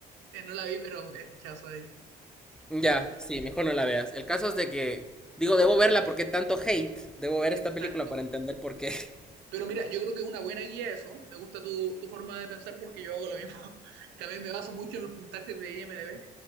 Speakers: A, on the right; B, in the centre.
A: Eh, no la vi, pero he escuchado sobre ella.
B: Ya, sí, mejor no la veas. El caso es de que, digo, debo verla porque tanto hate, debo ver
A: Exacto.
B: esta película para entender por qué. <laughs>
A: Pero mira, yo creo que es una buena guía eso. Me gusta tu, tu forma de pensar porque yo hago lo mismo. <laughs> También me baso mucho en los puntajes de IMDb